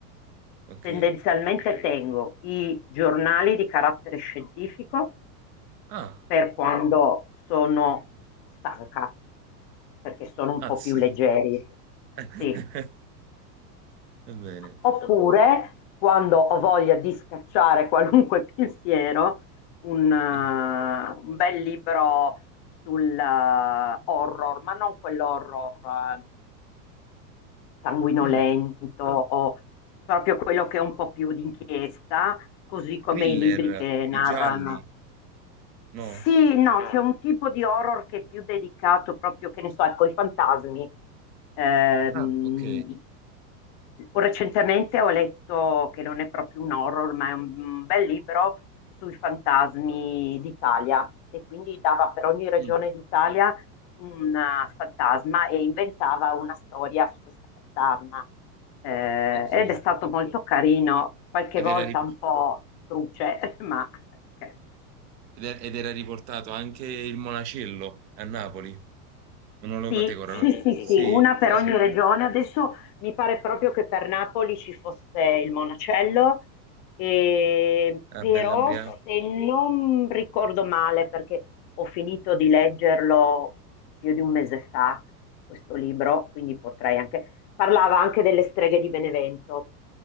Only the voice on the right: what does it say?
ok.
Ah,
Az.
<laughs>
Va bene.
Eh,
mm,
Thriller,
i
gialli, no?
Ah, ok.
Mm,
ok.
Ed
era, ri-
ed era ed era riportato anche il Monacello a Napoli. Non lo
categorano.
Sì,
eh,
a
Bell'Ambriago.